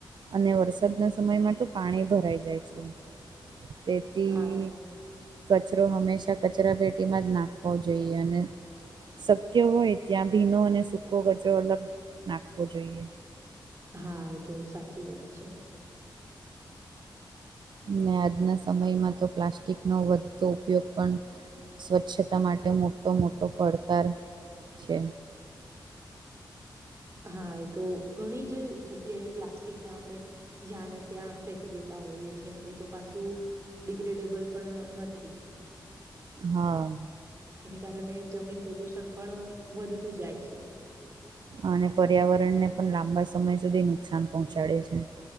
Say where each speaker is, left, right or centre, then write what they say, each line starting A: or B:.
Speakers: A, on the right; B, on the right.
A: અને વરસાદના સમયમાં તો પાણી ભરાઈ જાય છે. તેથી
B: હા, એ
A: કચરો હંમેશા કચરા પેટીમાં જ નાખવો જોઈએ. અને શક્ય હોય ત્યાં ભીનો અને સૂકો કચરો અલગ નાખવો જોઈએ.
B: હા એ તો સાચી વાત છે.
A: ને આજના સમયમાં તો પ્લાસ્ટિકનો વધતો ઉપયોગ પણ સ્વચ્છતા માટે મોટો-મોટો પડકાર છે.
B: હા. એ તો ઘણી જ જગ્યાએ પ્લાસ્ટિક ના આપણે જ્યાં ને ત્યાં ફેંકી દેત તા હોઈએ છે. ને એ તો પાછું ડિગ્રેડેબલ પણ નથી.
A: હા.
B: એની કારણે જમીન પ્રદુષણ પણ વધતું જાય છે.
A: અને પર્યાવરણને પણ લાંબા સમય સુધી નુકસાન પહોંચાડે છે.